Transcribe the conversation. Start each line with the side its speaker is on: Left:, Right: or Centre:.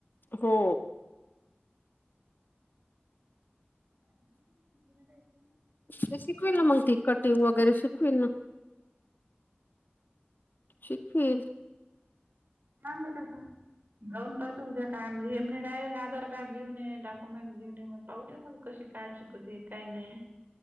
Left: हो.
Right: तती का <unintelligible>
Left: ते शिकवल ना मग ती कटिंग वगैरे शिकवेल ना. शिकवील.
Right: काय माहित आता. जाऊन पाहतो उद्या काय हे म्हणे डायरेक्ट आधार कार्ड घेऊ ये डॉक्युमेंट घेऊन ये. पाहुदे मग कशी काय शिकवते काय नाही.